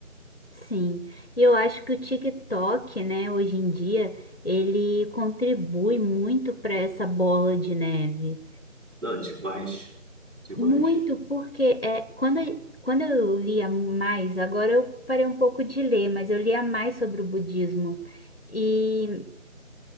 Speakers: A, on the left; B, on the right.
A: sim. E eu acho que o TikTok, né, hoje em dia, ele contribui muito para essa bola de neve.
B: Não, demais, demais.
A: Muito, porque é, quando, quando eu lia mais, agora eu parei um pouco de ler, mas eu lia mais sobre o budismo. E